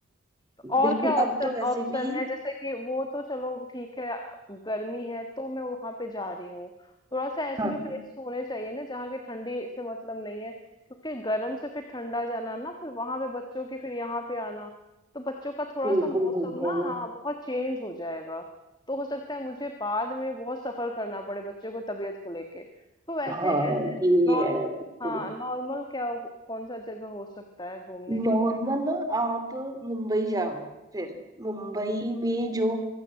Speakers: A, on the left; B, on the right.
A: तो और
B: बिल्कुल
A: क्या ऑप्शन
B: अब तो वैसे
A: ऑप्शन
B: भी
A: है जैसे कि वो तो चलो ठीक है अ, गर्मी है तो मैं वहां पे जा रही हूँ थोड़ा सा ऐसे
B: हाँ
A: भी प्लेस होने चाहिए ना जहाँ की ठंडी से मतलब नहीं है क्योंकि गर्म से फिर ठंडा जाना ना फिर वहां पे बच्चों की फिर यहाँ पे आना तो बच्चों का थोड़ा
B: बिल्कुल
A: सा मौसम
B: बिल्कुल
A: ना हाँ बहुत चेंज हो जाएगा तो हो सकता है मुझे बाद में बहुत सफर करना पड़े बच्चों को तबीयत को लेके तो वैसे
B: हाँ
A: ऐसे
B: ये
A: नॉर्मल
B: है बिल्कुल
A: हाँ नॉर्मल क्या कौन सा जगह हो सकता है घूमने के
B: नॉर्मल
A: लिए
B: ना आप मुंबई जाओ फिर मुंबई में जो